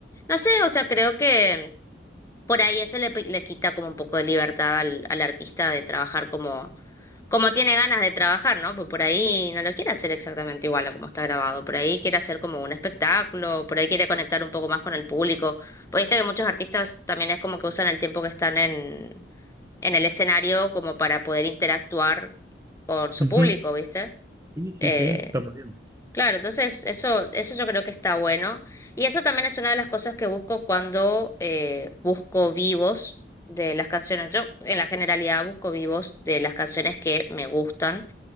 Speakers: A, on the left; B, on the right.
A: no sé, o sea, creo que por ahí eso le, pi- le quita como un poco de libertad al, al artista de trabajar como como tiene ganas de trabajar, ¿no? Pues por ahí no lo quiere hacer exactamente igual a como está grabado. Por ahí quiere hacer como un espectáculo, por ahí quiere conectar un poco más con el público. Pues viste que muchos artistas también es como que usan el tiempo que están en, en el escenario como para poder interactuar con su
B: Ujú.
A: público, ¿viste?
B: Sí,
A: Eh,
B: sí, sí, está muy bien.
A: claro, entonces eso, eso yo creo que está bueno. Y eso también es una de las cosas que busco cuando eh, busco vivos de las canciones. Yo en la generalidad busco vivos de las canciones que me gustan